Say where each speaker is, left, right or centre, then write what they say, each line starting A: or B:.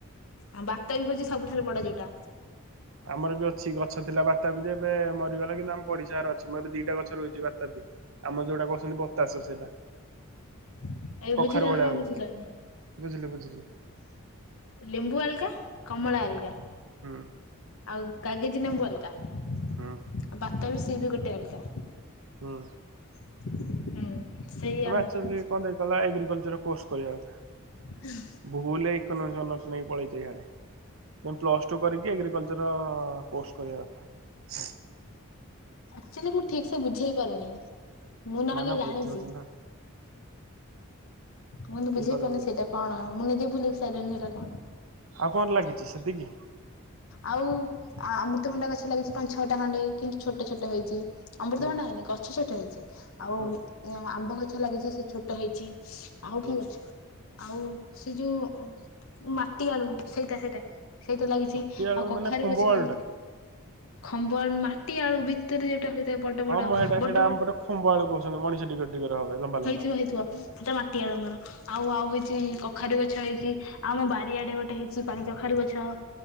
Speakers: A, on the left (about 75°); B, on the right (about 70°).
A: ଆଉ ବାତାବି ହଉଛି ସବୁଠାରୁ ବଡ ଯୋଉଟା।
B: ଆମର ବି ଅଛି ଗଛ ଥିଲା ବାତାପି ଯେ ଏବେ ମରିଗଲା, କିନ୍ତୁ ଆମ ପଡିଶା ଘର ଅଛି, ମୁଁ ଏବେ ଦିଟା ଗଛ ରୁଇଚି ବା ତାବି ଆମର ଯୋଉଟା କହୁଛନ୍ତି ବତାସ ସେଇଟା।
A: ଏବେ
B: କଖାରୁ
A: ବୁଝିଲ
B: ଭଳିଆ
A: ନା
B: ହୁଏ
A: ବୁଝିଲନି?
B: ବୁଝିଲି ବୁଝିଲି।
A: ଲେମ୍ବୁ ଅଲଗା, କମଳା ଅଲଗା।
B: ହୁଁ।
A: ଆଉ କାଗେଜ ନେମ୍ୱୁ ଅଲଗା ଆଉ
B: ହୁଁ
A: ବାତାବି ସିଏ ବି ଗୋଟେ ଅଲଗା।
B: ହୁଁ।
A: ହୁଁ। ସେଇ
B: ତୋମେ
A: ଆମ
B: ଆକ୍ଚୁଲି
A: କହୁଛି
B: କଣ ଦେଇ କଲା ଏଗ୍ରିକଲଚର୍ କୋର୍ସ କରିବା କଥା।
A: <unintelligible>
B: ଭୁଲଏ ଇକନୋମିକ୍ସନସ ଅନରସ୍ ନେଇକି ପଳେଇଛି ହେଆଡ଼େ ପ୍ଲସ୍ ଟୁ କରିକି ଏଗ୍ରିକଲଚର କୋର୍ସ କରିବା କଥା
A: ଆଚୁଲି ମୁଁ ଠିକ ସେ ବୁଝେଇ ପାରୁନି ମୁଁ ନହେଲେ
B: ନା ନା ବୁଝଉଛି
A: ଜାଣିଛି।
B: ନା
A: ମୁଁ ତ
B: କିଏ
A: ବୁଝେଇ
B: କହିଲା
A: ପାରୁନି
B: ବୁଝିବନି।
A: ସେଟା କଣ ମୁଁ ନିଜେ ଭୁଲି ସିଲଣି ସେଟା କଣ?
B: ଆଉ କଣ ଲାଗିଛି ସେତିକି
A: ଆଉ ଅମୃତ ଖଣ୍ଡା ଗଛ ଲାଗିଛି ପାଞ୍ଚ ଛଅଟା ଖଣ୍ଡେ କିନ୍ତୁ ଛୋଟ ଛୋଟ ହେଇଛି ଅମୃତଭଣ୍ଡା
B: ହୁଁ
A: ହେଇନି ଗଛ ଛୋଟ ହେଇଛି ଆଉ
B: ହୁଁ
A: ଆମ୍ବ ଗଛ ଲାଗିଛି ସେ ଛୋଟ ହେଇଛି ଆଉ
B: ହୁଁ
A: ଠିକ ଅଛ ଆଉ ସେ ଯୋଉ ମାଟି ଆଳୁ ସେଇଟା ସେଇଟା ସେଇଟା ଲାଗିଛି
B: ମାଟି ଆଳୁ
A: ଆଉ କଖାରୁ
B: ମାନେ ଖୁମ୍ବ
A: ଗଛ
B: ଆଳୁ
A: ଲାଗିଛି
B: ଟା।
A: ଖମ୍ବ ଆ ମାଟି ଆଳୁ ବି ରେ ଯୋଉଟା ହେଇଥାଏ ବଡ
B: ହଁ
A: ବଡ
B: ମୁଁ ହେଇଟା
A: ବଡ
B: ହେଇଟା
A: ବ
B: ଆମ ପଟେ ଖୁମ୍ବ ଆଳୁ କହୁଛନ୍ତି ମଣିଷ ଟିକଟ ଟିକର ହବେ ଲମ୍ବା
A: ହେଇଥିବ
B: ଲମ୍ବା।
A: ହେଇଥଥିବ ସେଇଟା ମାଟିଆଳ ମର ଆଉ ଆଉ ହେଇଛି କଖାରୁି ଗଛ ହେଇଛି ଆମ ବାରିଆଡେ ଗୋଟେ ହେଇଛି ପାଣି କଖାରୁୀ ଗଛ